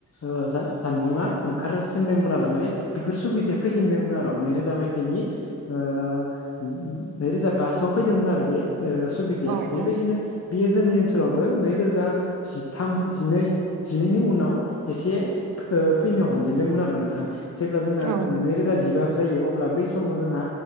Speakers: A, on the left (about 35°); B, on the right (about 50°).
A: ओ जा-जानबुङा ओंखारसिनदोंमोन आरो माने बेफोर सुबिदाया फैजेनदोंमोन आरो नैरोजा मायथाइनि ओ नैरोजा बासोआव फैदोंमोन आरो बे ओ सुबिदाया
B: औ
A: बेबायदिनो
B: औ
A: बेयो जोंनि ओनसोलावबो नैरोजा जिथाम जिनै जिनैनि उनाव एसे फो फैनो हमजेनदोंमोन आरो नोंथां। जेब्ला जोंना
B: औ
A: नैरोजा जिबा जायो अब्ला बै समाव जोंहा